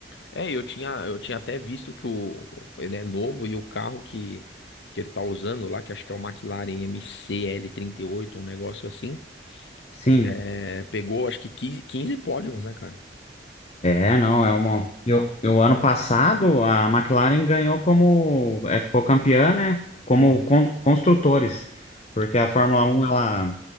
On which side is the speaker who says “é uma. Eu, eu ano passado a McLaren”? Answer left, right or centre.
Left